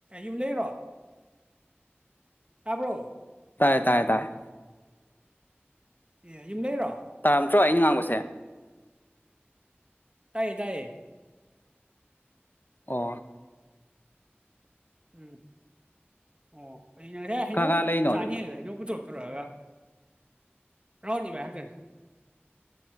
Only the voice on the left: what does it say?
ꯇꯥꯏꯌꯦ ꯇꯥꯏꯌꯦ ꯇꯥꯏꯌꯦ
ꯇꯥꯔꯝꯗ꯭ꯔꯣ ꯑꯩꯅ ꯉꯥꯡꯕꯁꯦ
ꯑꯣ
ꯀꯥ ꯀꯥ ꯂꯩꯅꯣ
ꯑꯗꯨꯗ